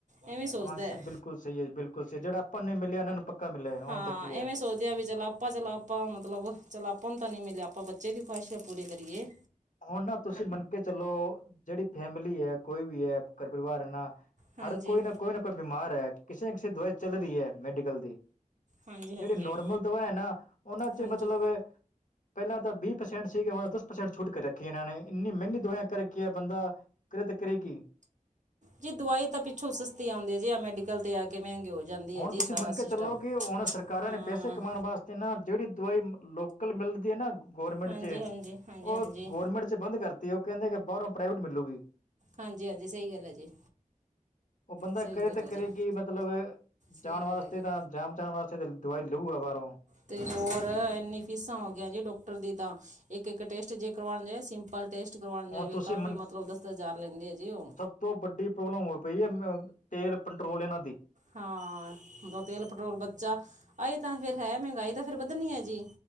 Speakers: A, on the right (about 60°); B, on the left (about 65°).
A: ਐਵੇਂ ਸੋਚਦਾ
B: ਆਛਾ-ਬਿਲਕੁਲ
A: ਹੈ
B: ਸਈ ਐ ਈ- ਬਿਲਕੁਲ ਸਈ, ਜੇੜਾ ਆਪਾਂ ਨੂੰ ਨਈ ਮਿਲਿਆ ਇਨਾਂ ਨੂੰ ਪੱਕਾ ਮਿਲਿਆ ਹੁਣ
A: ਹਾਂ
B: ਤਕ ਕੀ ਐ।
A: ਐਵੇਂ ਸੋਚਦੇ ਵੀ ਚਲ ਆਪਾਂ-ਚਲਾ-ਆਪਾਂ ਮਤਲਬ -ਚਲ ਆਪਾਂ ਨੂੰ ਤਾਂ ਨਈ ਮਿਲਿਆ ਆਪਾਂ ਬੱਚੇ ਦੀ ਖਵਾਹਿਸ਼ਾਂ ਪੂਰੀ ਕਰੀਏ।
B: ਹੁਣ ਨਾ ਤੁਸੀਂ ਮੰਨ ਕੇ ਚਲੋ ਜੇੜੀ ਫੈਮਿਲੀ ਐ ਕੋਈ ਵੀ ਐ ਘਰ ਪਰਿਵਾਰ ਐ ਨਾ-
A: ਹਾਂਜੀ
B: ਹਰ ਕੋਈ ਨਾ-ਕੋਈ ਨਾ ਕੋਈ-ਬਿਮਾਰ ਐ। ਕਿਸੇ ਨਾ ਕਿਸੇ ਦੀ ਦਵਾਈ ਚੱਲ ਰੀ ਏ ਮੈਡੀਕਲ ਦੀ।
A: ਹਾਂਜੀ
B: ਜੇੜੀ
A: ਹਾਂਜੀ
B: ਨੋਰਮਲ ਦਵਾ ਐ ਨਾ ਉਨਾਂ 'ਚ
A: ਹਾਂਜੀ
B: ਮਤਲਬ ਇਹ- ਪੈਲਾਂ ਤਾਂ ਬੀ ਪ੍ਰਸੈਂਟ ਸੀਗੇ ਹੁਣ ਦਸ ਪ੍ਰਸੈਂਟ ਛੁੱਟ ਕੇ ਰੱਖੀ ਇਨਾਂ ਨੇ ਏਨੀ ਮੈਂਗੀ ਦਵਾਈਆਂ ਕਰ ਕੀ ਐ ਬੰਦਾ ਕਰੇ ਤੇ ਕਰੇ ਕੀ?
A: ਜੀ ਦਵਾਈ ਤਾਂ ਪਿੱਛੋਂ ਸਸਤੀ ਆਂਦੀ ਜੇ ਆ ਮੈਡੀਕਲ ਤੇ ਆ ਕੇ ਮਹਿੰਗੀ ਹੋ ਜਾਂਦੀ
B: ਹੁਣ
A: ਹੈ ਜੀ
B: ਤੁਸੀਂ
A: ਸਾਰਾ
B: ਮੰਨਕੇ
A: ਸਿਸਟਮ
B: ਚੱਲੋ, ਕਿ ਹੁਣ ਸਰਕਾਰਾਂ
A: ਹਾਂ
B: ਨੇ ਪੈਸੇ ਕਮਾਣ ਵਾਸਤੇ ਨਾ ਜੇੜੀ ਦਵਾਈ ਲੋਕਲ ਮਿਲ ਗਏ ਨਾ ਗੌਰਮੈਂਟ
A: ਹਾਂਜੀ
B: ਚ
A: ਹਾਂਜੀ ਹਾਂਜੀ
B: ਓ
A: ਹਾਂਜੀ
B: ਗੌਰਮੈਂਟ ਵਿਚ ਬੰਦ ਕਰਤੀ ਓ ਕੇਂਦੇ ਕਿ ਬਾਰੋਂ ਪ੍ਰਾਈਵੇਟ ਮਿਲੂਗੀ।
A: ਹਾਂਜੀ -ਹਾਂਜੀ, ਸਈ ਗੱਲ ਐ ਜੀ।
B: ਓ ਬੰਦਾ
A: ਸਹੀ
B: ਕਰੇ
A: ਗੱਲ
B: ਤੇ
A: ਹੈ
B: ਕਰੇ
A: ਜੀ
B: ਕਿ ਮਤਲਬ ਐ ਜਾਣ
A: ਸਹੀ
B: ਵਾਸਤੇ
A: ਗੱਲ ਹੈ ਜੀ
B: ਤਾਂ ਜਾਣ ਬਚਾਣ ਵਾਸਤੇ ਤੇ ਦਵਾਈ ਲਊਗਾ ਬਾਰੋਂ।
A: ਤੇ ਹੋਰ, ਏਨੀ ਫੀਸਾਂ ਹੋ ਗਈਆਂ, ਜੇ ਡੋਕਟਰ ਦੀ ਤਾਂ। ਇੱਕ- ਇੱਕ, ਟੈਸਟ ਜੇ ਕਰਵਾਣਦੇ ਵੇ, ਸਿੰਪਲ ਟੈਸਟ ਕਰਵਾਣ
B: ਹੁਣ
A: ਜਾਵੇ
B: ਤੁਸੀਂ
A: ਤਾਂ ਵੀ, ਮਤਲਬ ਦਸ -ਦਸ ਹਜ਼ਾਰ, ਲੈਂਦੇ ਜੇ ਓ।
B: ਬਹੁ ਵੱਡੀ ਪੋਬਲਮ ਹੋ, ਪਈ ਹੈ। ਤੇਲ ਪੰਟਰੋਲ ਇਨਾਂ ਦੀ।
A: ਹਾਂ। ਔਦਾ ਤੇਲ, ਪੈਟਰੋਲ ਬੱਚਾ- ਆਏ ਤਾਂ ਫੇਰ ਹੈ, ਮੈਗਾਈ ਤਾਂ ਫੇਰ, ਵੱਧਣੀ ਐ ਜੀ।